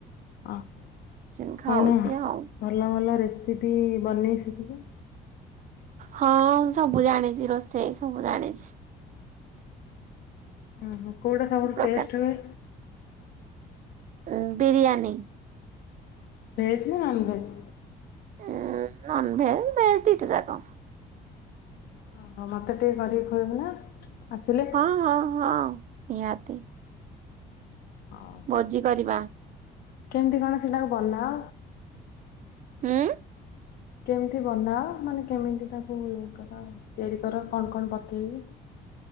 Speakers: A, on the left; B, on the right.
A: ହଁ
B: ମେଡିସିନ ଖାଉଛି
A: କଣ
B: ଆଉ।
A: ଭଲ ଭଲ ରେସି ରେସିପି ବନେଇ ଶିଖିଛୁ?
B: ହଁ ମୁ ସବୁ ଜାଣିଛି ରୋଷେଇ ସବୁ ଜାଣିଛି?
A: ଉ ହୁଁ। କୋଉଟା ସବୁଠୁ
B: ପ୍ରକାର
A: ଟେଷ୍ଟ୍ ହୁଏ?
B: ଉଁ ବିରିୟାନୀ
A: ଭେଜ୍ ନା ନନ୍ ଭେଜ୍?
B: ଉଁ ନନ୍ ଭେଜ୍ ଭେଜ୍ ଦିଟା ଯାକ।
A: ଆ ହଁ ମୋତେ ଟିକେ କରିକି ଖୋଇବ ନା। ଆସିଲେ
B: ହଁ ହଁ ହଁ। ନିହାତି।
A: ହଉ।
B: ଭୋଜି କରିବା।
A: କେମିତି କଣ ସେଟାକୁ ବନାଅ?
B: ହୁଁ।
A: କେମିତି ବନାଅ ମାନେ କେମିତି ତାକୁ ଇଏ କର ତିଆରି କର କଣ କଣ ପକେଇକି?